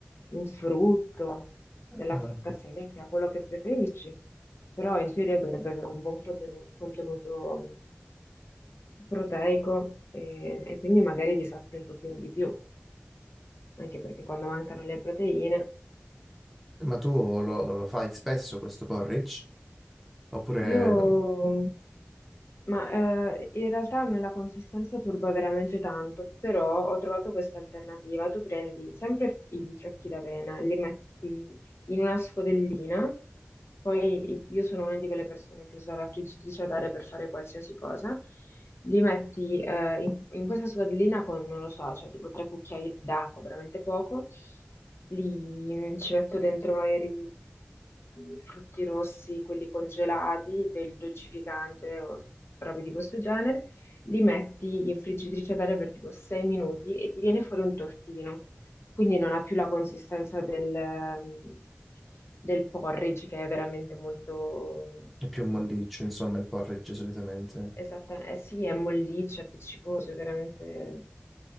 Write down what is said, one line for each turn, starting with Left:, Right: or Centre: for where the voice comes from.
Left: un frutto, della
Centre: Ah,
Left: frutta secca, quello che preferisci. Però in teoria dovrebbe avere un buon contenu- contenuto, mh, proteico e, e quindi magari ti sazi un pochino di più, anche perché quando mancano le proteine.
Centre: ma tu lo, lo fai spesso questo porridge? Oppure
Left: Io
Centre: non-
Left: Ma eh, in realtà a me la consistenza turba veramente tanto, però ho trovato questa alternativa. Tu prendi sempre i fiocchi d'avena, li metti in una scodellina, poi io sono una di quelle persone che usa la friggitrice ad aria per fare qualsiasi cosa, li metti eh, in, in questa scodellina con, non lo so, cioè tipo tre cucchiai d'acqua, veramente poco, li, ci metto dentro magari i frutti rossi, quelli congelati, del dolcificante o robe di questo genere, li metti in friggitrice ad aria per tipo 6 minuti e ti viene fuori un tortino. Quindi non ha più la consistenza del, ehm, del porridge che è veramente molto,
Centre: è più un
Left: mm,
Centre: molliccio, insomma, il porridge solitamente?
Left: esattamente, eh sì, è molliccio, è appiccicoso, è veramente,